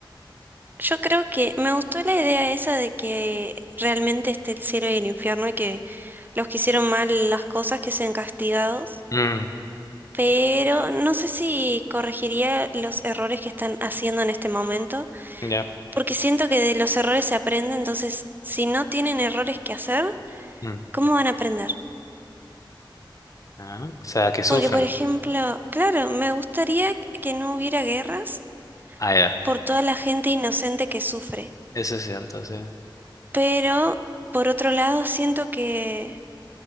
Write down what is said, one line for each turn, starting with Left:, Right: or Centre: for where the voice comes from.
Right: Yo creo que me gustó la idea esa de que realmente esté el cielo y el infierno y que los que hicieron mal las cosas que sean castigados,
Left: Mm,
Right: pero no sé si corregiría los errores que están haciendo en este momento,
Left: ya.
Right: porque siento que de los errores se aprende, entonces si no tienen errores que hacer,
Left: mm,
Right: ¿cómo van a aprender?
Left: ah, o sea, que sufren.
Right: Porque, por ejemplo, claro, me gustaría que no hubiera guerras
Left: Ah, ya.
Right: por toda la gente inocente que sufre.
Left: Eso es cierto, sí.
Right: Pero, por otro lado, siento que,